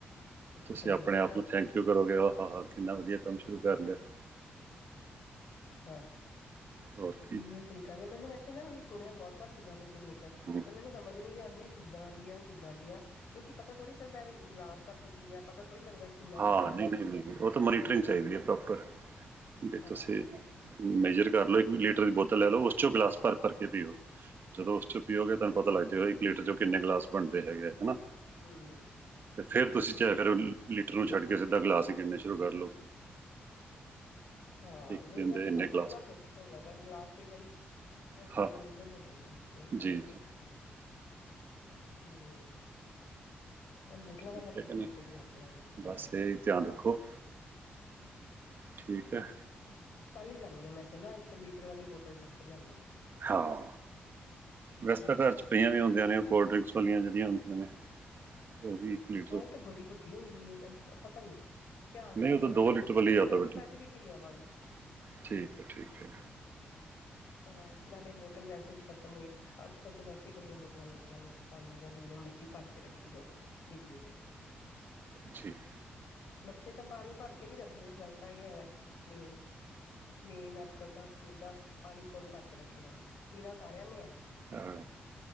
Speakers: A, on the left; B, on the right.
A: ਅੱਛਾ
B: ਤੁਸੀਂ ਆਪਣੇ
A: ਜੀ
B: ਆਪ ਨੂੰ ਥੈਂਕ ਯੂ ਕਰੋਗੇ ਆ ਹਾ ਹਾ ਕਿੰਨਾ ਵਧੀਆ ਕੰਮ ਸ਼ੁਰੂ ਕਰ ਲਿਆ
A: ਅੱਛਾ,
B: ਹੋਰ ਕੀ
A: ਨਈ ਤਰੀਕਾ ਤੇ ਮੈਨੂੰ ਵੈਸੇ ਨਾ ਓਨਾਂ ਨੇ ਸੁਨੇਆ ਬੋਤ ਵਾਰ ਸੀਗਾ ਵੀ ਤਿੰਨ ਲੀਟਰ।
B: ਹੂੰ।
A: ਪਰ ਮੈਨੂੰ ਸਮਝ ਨਹੀਂ ਆਉਂਦੀ ਵੀ ਕਿੱਦਾਂ ਪੀ ਕਿੱਦਾਂ ਪੀਆਂ ਕਿਉਂਕਿ ਪਤਾ ਥੋੜੀ ਚੱਲਦਾ ਵੀ ਗਲਾਸ ਭਰ ਕੇ ਪੀਲਿਆ ਪਤਾ ਥੋੜੀ ਲੱਗਦਾ ਕਿੰਨਾ
B: ਹਾਂ
A: ਪੀ ਲਿਆ
B: ਨਹੀਂ-ਨਹੀਂ ਨਹੀਂ ਉਹ ਤਾਂ ਮੋਨੀਟਰਿੰਗ ਚਾਹੀਦੀ ਹੈ ਪ੍ਰੋਪਰ ਜੇ
A: ਹਾਂ
B: ਤੁਸੀ ਮੇਜਰ ਕਰ ਲਓ ਇੱਕ ਵੀ ਲੀਟਰ ਦੀ ਬੋਤਲ ਲੈ ਲਓ ਉਸ ਚੋਂ ਗਲਾਸ ਭਰ ਭਰ ਕੇ ਪੀਓ ਜਦੋਂ ਉਸ ਚੋਂ ਪੀਓਗੇ
A: ਅੱਛਾ
B: ਤੁਹਾਨੂੰ ਪਤਾ ਲੱਗ ਜੇਗਾ ਇੱਕ ਲੀਟਰ ਚੋਂ ਕਿੰਨੇ ਗਲਾਸ ਬਣਦੇ ਹੈਗੇ ਆ ਹਨਾ।
A: ਹੂੰ।
B: ਤੇ ਫਿਰ ਤੁਸੀ ਚਾਏ ਕਰੋ ਲੀਟਰ ਨੂੰ ਛੱਡ ਕੇ ਸਿੱਧਾ ਗਲਾਸ ਹੀ ਗਿਣਨੇ ਸ਼ੁਰੂ ਕਰ ਲਉ
A: ਹਾਂ, ਨਹੀਂ
B: ਦਿੰਦੇ
A: ਵੈਸੇ
B: ਇੰਨੇ
A: ਪਰ ਬੁਥ
B: ਗਲਾਸ
A: ਨਾ ਸੋਕੀ ਲੱਗਦਾ ਗਲਾਸ ਕਈ ਵਾਰੀ ਕਨਫਿਊਜਨ
B: ਹਾਂ
A: ਹੋ ਜਾਏਗੀ ਮੇਰੇ
B: ਜੀ
A: ਖਿਆਲ ਚ
B: ਜੀ
A: ਹਮ ਇਹ ਬੋਤਲਾਂ
B: ਠੀਕ
A: ਵਾਲਾ
B: ਹੈ
A: ਤਰੀਕਾ
B: ਕਿ ਨਹੀਂ
A: ਸਹੀ ਲੱਗ ਰਿਹਾ ਮੈਨੂੰ ਹਾਂ।
B: ਬਸ ਇਹ ਹੀ ਧਿਆਨ ਰੱਖੋ ਠੀਕ ਹੈ
A: ਕੱਲ ਹੀ ਜਾਂਦੀ ਆ ਮੈਂ ਫਿਰ ਨਾ ਇੱਕ ਲੀਟਰ ਵਾਲੀ ਬੋਤਲ ਚੱਕ ਕੇ ਲਿਆਦੀ ਹਾਂ
B: ਹਾਂ, ਵੈਸੇ
A: ਹਮ
B: ਤਾਂ ਘਰ 'ਚ ਪਈਆਂ ਵੀ ਹੁੰਦੀਆਂ ਨੇ, ਉਹ ਕੋਲਡ ਡਰਿੰਕਸ ਵਾਲੀਆਂ ਜਿਹੜੀਆਂ ਹੁੰਦੀਆਂ ਨੇ ਉਹ ਵੀ ਇਸ ਲਏ
A: ਹਾਂ ਉਹ ਤਾਂ ਬੜੀ ਵਧੀਆ ਹੁੰਦੀ ਹੈ ਪਤਾ ਨੀ। ਧਿਆਨ
B: ਨਹੀਂ ਉਹ
A: ਮਤਲਬ
B: ਤਾਂ
A: ਲੀਟਰ
B: ਆ
A: ਵਾਲੀ
B: ਬੇਟੀ
A: ਤਾਂ ਅਸੀਂ ਵੀ ਇੱਕ ਹੀ ਲਿਆਵਾਂਗੇ।
B: ਠੀਕ ਹੈ, ਠੀਕ ਹੈ।
A: ਹਾਂ ਨਾਲੇ ਬੋਤਲ ਵੈਸੇ ਵੀ ਖ਼ਤਮ ਹੋਈ ਹੈ ਅੱਜ ਕੱਲ੍ਹ ਤਾਂ ਵੈਸੇ ਹੀ ਬੜੀਆਂ ਬੋਤਲਾਂ ਲੱਗਦੀਆਂ ਨੇ ਪਾਣੀ ਦੀਆਂ ਜਿੰਨੀਆਂ ਮਰਜ਼ੀ ਭਰ ਕੇ ਰੱਖੀ ਜਾਓ ਫਰਿੱਜ ਵਿੱਚ।
B: ਠੀ <unintelligible>
A: ਬੱਚੇ ਤਾਂ ਪਾਣੀ ਭਰ ਕੇ ਨਹੀਂ ਰੱਖਦੇ ਗੱਲ ਤਾਂ ਇਹ ਹੈ ਮੇਨ ਮੇਨ ਅੱਜ ਕੱਲ ਦਾ ਮੁੱਦਾ ਪਾਣੀ ਕੌਣ ਭਰ ਕੇ ਰੱਖੇਗਾ ਪੀਣਾ ਸਾਰਿਆ ਨੇ ਹੈ।
B: ਹਾਂ